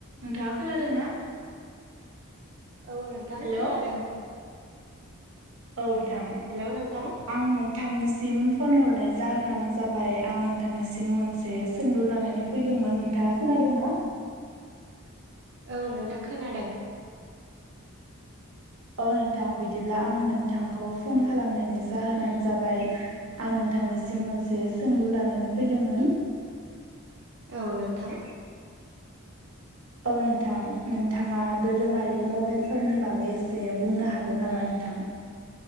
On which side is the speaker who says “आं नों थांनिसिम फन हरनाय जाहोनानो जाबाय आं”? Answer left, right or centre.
Right